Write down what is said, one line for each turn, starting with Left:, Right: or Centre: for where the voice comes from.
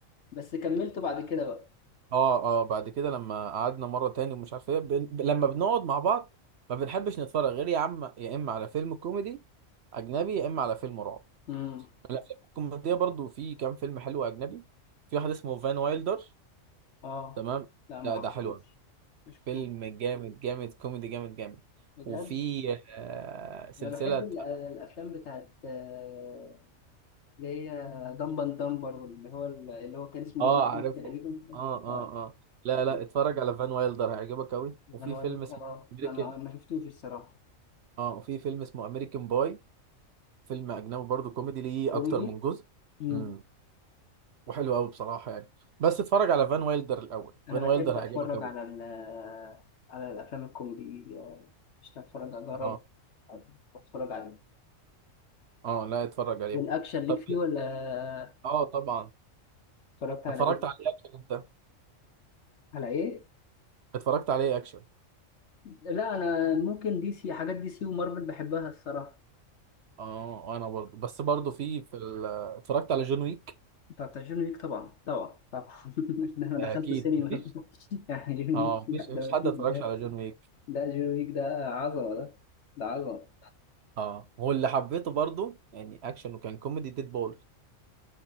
Left: بس كملته بعد كده بقى
Right: اه اه بعد كده لما قعدنا مره تاني ومش عارف ايه بن... ب- لما بنقعد مع بعض ما بنحبش نتفرج غير يا عم يا اما على فيلم كوميدي اجنبي يا اما على فيلم رعب
Left: امم
Right: الافلام الكوميديه برضو في كام فيلم حلو اجنبي في واحد اسمه فان وايلدر
Left: اه
Right: تمام
Left: لا ما
Right: لا
Left: اعرفوش
Right: ده حلو أوي.
Left: ما شفتوش
Right: فيلم جامد جامد كوميدي جامد جامد
Left: بجد
Right: وفي آه سلسله
Left: انا بحب ال- الافلام بتاعت آه، اللي هي دمبن دمبر دمبر واللي هو اللي هو كان اسمه
Right: اه
Left: ايجي كير
Right: عارفه
Left: تقريبا
Right: اه اه
Left: لا
Right: اه لا
Left: كان
Right: لا اتفرج على فان وايلدر هيعجبك قوي وفي
Left: كان وايل-
Right: فيلم اسمه
Left: اه
Right: امريكان
Left: لا ما ما شفتوش الصراحه
Right: اه وفي فيلم اسمه امريكان باي فيلم اجنبي برضو كوميدي ليه
Left: كوميدي
Right: اكتر من جزء
Left: امم
Right: امم وحلو قوي بصراحه يعني بس اتفرج على فان وايلدر الاول
Left: انا
Right: فان وايلدر
Left: بحب اتفرج
Right: هيعجبك قوي
Left: على ال على الافلام الكوميدي آه، مش هتفرج اجرب
Right: اه
Left: اتفرج عليه
Right: اه لا اتفرج عليه
Left: والاكشن ليك
Right: طب
Left: فيه ولا
Right: اه طبعا
Left: اتفرجت على
Right: اتفرجت
Left: ايه
Right: عليه اكشن انت
Left: على ايه
Right: اتفرجت عليه اكشن
Left: لا انا ممكن دي سي حاجات دي سي ومارفل بحبها الصراحه
Right: اه انا برضو بس برضو في في ال... اتفرجت على جون ويك
Left: انت بتعجبني ليك طبعا طبعا طبعا <laughs> ده انا دخلت
Right: اكيد
Left: السينما
Right: مفيش
Left: <laughs> يعني جون
Right: اه
Left: ويك
Right: مفيش
Left: لا ده
Right: مفيش حد
Left: مفيش
Right: اتفرجش
Left: ده
Right: على جون ويك
Left: ده جون ويك ده عظمه ده ده عظمه
Right: اه واللي حبيته برضو يعني اكشن وكان كوميدي ديد بول